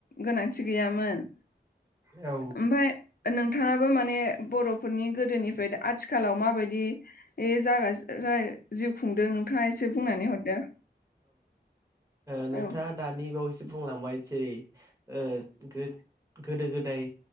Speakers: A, on the left; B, on the right.
A: गोनांथि गैयामोन।
B: औ।
A: ओमफाय नोंथाङाबो माने बर'फोरनि गोदोनिफ्राय आथिखालाव माबायदि जागा जिउ खुंदों नोंथां एसे बुंनानै हरदो
B: नोंथाङा
A: औ।
B: दानि बावैसो बुंलांबाय जेरै ओ गोदो गोदाय